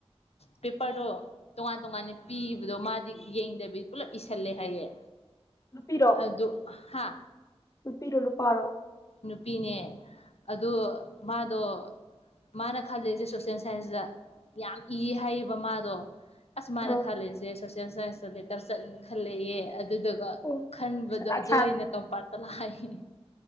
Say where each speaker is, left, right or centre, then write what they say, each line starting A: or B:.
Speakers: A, on the left; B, on the left.
A: ꯄꯦꯄꯔꯗꯣ ꯇꯣꯉꯥꯟ ꯇꯣꯉꯥꯟꯅ ꯄꯤꯕꯗꯣ ꯃꯥꯗꯤ ꯌꯦꯡꯗꯕꯤ ꯄꯨꯜꯂꯞ ꯏꯁꯜꯂꯦ ꯍꯥꯏꯌꯦ
B: ꯅꯨꯄꯤꯔꯣ
A: ꯑꯗꯨ ꯍꯥ
B: ꯅꯨꯄꯤꯔꯣ ꯅꯨꯄꯥꯔꯣ
A: ꯄꯤꯅꯦ ꯑꯗꯨ ꯃꯥꯗꯣ ꯃꯥꯅ ꯈꯜꯂꯤꯁꯦ ꯁꯣꯁꯦꯟ ꯁꯥꯏꯟꯁꯇ ꯌꯥꯝ ꯏ ꯍꯥꯏꯌꯦꯕ ꯃꯥꯗꯣ ꯑꯁ ꯃꯥꯅ
B: ꯑꯥ
A: ꯈꯜꯂꯤꯁꯦ ꯁꯣꯁꯦꯜ ꯁꯥꯏꯟꯁꯇ ꯂꯦꯇꯔ ꯆꯠꯂꯅꯤ ꯈꯜꯂꯦꯌꯦ ꯑꯗꯨꯗꯨꯒ
B: ꯑꯣ
A: ꯈꯟꯕꯗꯣ
B: ꯁꯂꯥꯛ
A: ꯑꯗꯣ ꯑꯣꯢꯅ ꯀꯝꯄꯥꯔꯠꯇ ꯂꯥꯛꯢ <unintelligible>